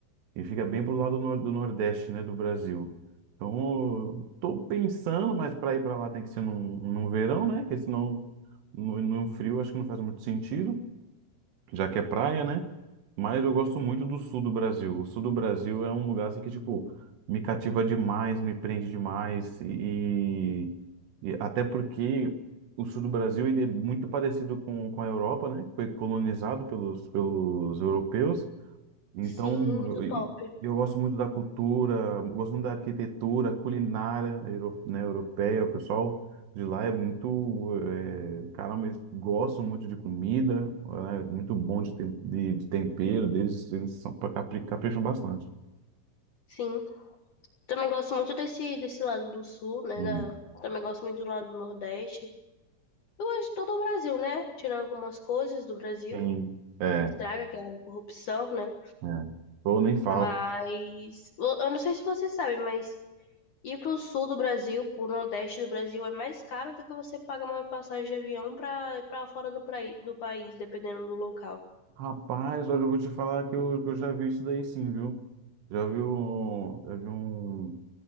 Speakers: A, on the right; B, on the left.
A: E fica bem pro lado nor- do Nordeste, né, do Brasil. Então, eu tô pensando, mas para ir para lá tem que ser num, num verão, né? Porque senão no, no frio acho que não faz muito sentido já que é praia, né? Mas eu gosto muito do sul do Brasil. O sul do Brasil é um lugar assim que, tipo, me cativa demais, me prende demais. E, e até porque o sul do Brasil ele é muito parecido com, com a Europa, né? Foi colonizado pelos, pelos europeus. Então,
B: sim,
A: eu,
B: muito
A: e-
B: top.
A: eu gosto muito da cultura, gosto muito da arquitetura, culinária, euro, né, europeia. O pessoal de lá é muito, é, caramba, eles gostam muito de comida, é muito bom de, tem- de, de tempero deles, eles são, capri- capricham bastante.
B: Sim. Também gosto muito desse, desse lado do sul, né?
A: Hum.
B: da- Também gosto muito do lado do Nordeste. Eu gosto de todo o Brasil, né? Tirando algumas coisas do Brasil,
A: Tem, é,
B: que estraga, que é a corrupção, né?
A: é. Ou nem fala.
B: Mas eu eu não sei se você sabe, mas ir pro sul do Brasil, pro Nordeste do Brasil, é mais caro do que você pagar uma passagem de avião pra, pra fora do, praí- do país, dependendo do local.
A: Rapaz, olha, eu vou te falar que eu, que eu já vi isso daí sim, viu? Já vi, um, já vi um